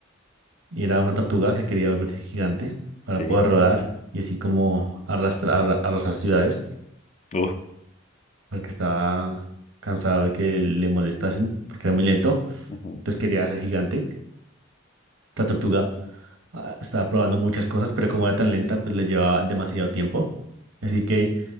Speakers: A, on the right (about 70°); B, on the left (about 35°).
A: y era una tortuga que quería volverse gigante para
B: sí.
A: poder rodar y así como arrastrar, arra- arrasar ciudades
B: Uh,
A: porque estaba cansado de que le molestasen porque era muy lento,
B: ujú,
A: entonces quería ser gigante. La tortuga ah, estaba probando muchas cosas, pero como era tan lenta, pues le llevaba demasiado tiempo. Así que